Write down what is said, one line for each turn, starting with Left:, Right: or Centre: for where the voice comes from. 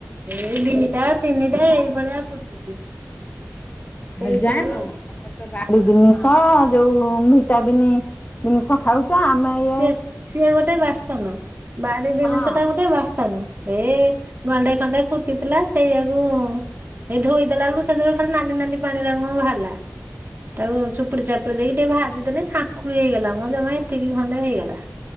Right: ଏଇ ଦିଟା ତିନିଟା ଏଇଭଳିଆ ଫୁଟୁଛି। ସେଇଥିରୁ
Left: ଆ ଯାଉ ତମର ତ ବାଡି
Right: ସେ
Left: ଦିନିସ ଯୋଉ ଭିଟାବିିନି ଦିନିସ ଖାଉଛ ଆମେ ଇଏ
Right: ସିଏ ସିଏ ଗୋଟେ ବାସନ ବାଡି ଜିନିଷଟା
Left: ତା
Right: ଗୋଟେ ବାସନ ହେ ଗଣ୍ଡେ ଥଣ୍ଡେ ଫୁଟିଥିଲା ସେଇଆକୁ ଏଇ ଧୋଇ ଦେଲା ବେଳକୁ ସେଥିରେ ଖାଲି ନାଲି ନାଲି ପାଣିରେ କଣ ବାହାରିଲା। ତାକୁ ଚୁପୁଡ଼ି ଚାପୁଡ଼ି ଦେଇକି ଟିକେ ଭାଜିଦେଲେ ସାଙ୍କୁୁଳି ହେଇଗଲା ମ ଜମା ଏତିକି ଖଣ୍ଡେ ହେଇଗଲା।